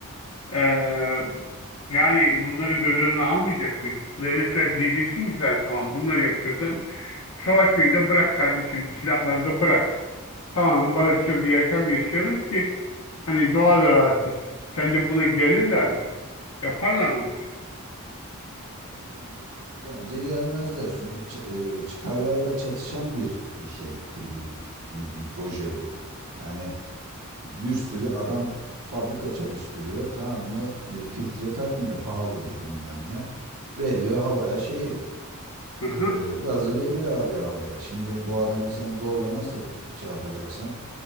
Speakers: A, on the left (about 70°); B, on the right (about 80°).
A: Ee, yani bunları göz önüne almayacak mıyız? Devletler diyeceksin ki sen tamam bunları yapıyorsan savaşmayı da bırak kardeşim, silahları da bırak. Tamam barışçıl bir yaşam yaşayalım ki hani doğa da rahat etsin. Sence buna gelirler mi? Yaparlar mı?
B: Valla bence bence gelmezler. Çünkü ç- e, çıkarlarla çatışan bir e, şey e, ne diyeyim proje bu. Yani bir sürü adam fabrika çalıştırıyor tamam mı? E, filtre takmıyor pahalı diye bilmem ne. Veriyor havaya şeyi
A: bunu?
B: e,
A: Hı hı,
B: gazı veriyor abi havaya. Şimdi bu adamı sen zorla nasıl şey yapacaksın?